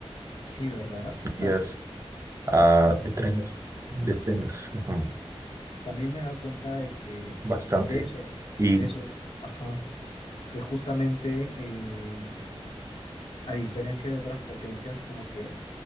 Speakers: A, on the left; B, on the right.
A: Sí, ¿verdad? O sea,
B: vías Ah, de trenes, de trenes, ujú,
A: también me da cuenta de que
B: bastante.
A: de eso,
B: Y
A: de eso, ajá, que justamente eh, a diferencia de otras potencias, como que